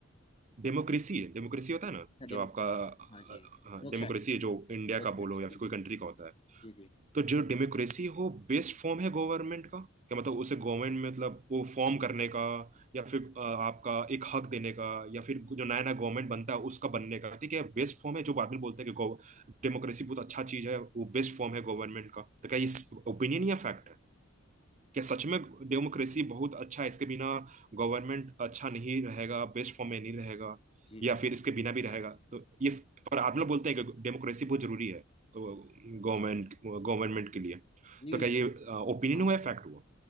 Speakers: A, on the right; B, on the left.
A: डेमोक्रेसी है डेमोक्रेसी होता
B: अच्छा,
A: है ना
B: डेमो
A: जो आपका
B: हाँ जी
A: हाँ
B: लोक
A: डेमोक्रेसी
B: शायरी
A: है जो इंडिया
B: लोक
A: का
B: शायरी
A: बोलो या
B: जी
A: फिर कोई कंट्री का होता है
B: जी जी
A: तो जो डेमोक्रेसी हो बेस्ट फॉर्म है गवर्नमेंट का क्या मतलब उसे गवर्नमेंट में मतलब वो फॉर्म करने का या फिर अ, आपका एक हक देने का या फिर जो नया नया गवर्नमेंट बनता है उसका
B: जी
A: बनने का ठीक है बेस्ट फॉर्म है जो बाद में बोलते हैं कि डेमोक्रेसी बहुत अच्छा चीज है वो बेस्ट फॉर्म है गवर्नमेंट का तो क्या ये ओपिनियन या फैक्ट है कि सच में डेमोक्रेसी बहुत अच्छा है इसके बिना गवर्नमेंट अच्छा नहीं रहेगा बेस्ट फॉर्म में नहीं रहेगा
B: जी
A: या
B: जी
A: फिर इसके बिना भी रहेगा तो ये पर आप लोग बोलते हैं कि डेमोक्रेसी बहुत जरूरी है गवर्नमेंट
B: और
A: गवर्नमेंट के लिए
B: जी
A: तो क्या ये ओपिनियन
B: हाँ
A: हुआ है फैक्ट हुआ